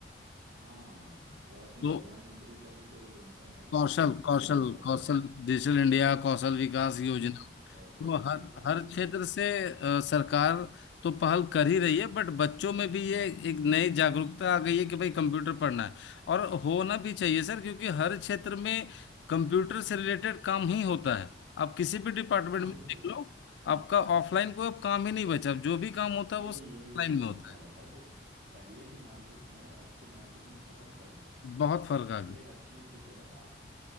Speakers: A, on the right; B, on the left.
A: हाँ अप- और अपने
B: तो
A: प्रधानमंत्री का भी तो मिशन है ना
B: कौशल
A: कि डिजिटल
B: कौशल
A: इंडिया बनाना
B: कौशल
A: है
B: डिजिटल इंडिया कौशल विकास योजना,
A: हाँ कौशल
B: तो हर
A: विकास
B: हर
A: योजना
B: क्षेत्र से अ, सरकार तो पहल कर ही रही है बट बच्चों में भी ये एक नई जागरूकता आ गई है कि भाई कंप्यूटर पढ़ना है और होना भी चाहिए सर क्योंकि हर क्षेत्र में कंप्यूटर से रिलेटेड काम ही होता है आप किसी भी डिपार्टमेंट
A: हाँ
B: में
A: बिल्कुल
B: देख लो आपका ऑफलाइन कोई अब काम ही नहीं बचा अब जो भी काम होता है
A: यही
B: वो ऑनलाइन
A: यही मैं कहना
B: में होता
A: चाह
B: है
A: रहा था कि पहले के मार्केट में और अब के मार्केट में बहुत फर्क है
B: बहुत फर्क आ
A: पहले
B: गया
A: हर चीज जो है आप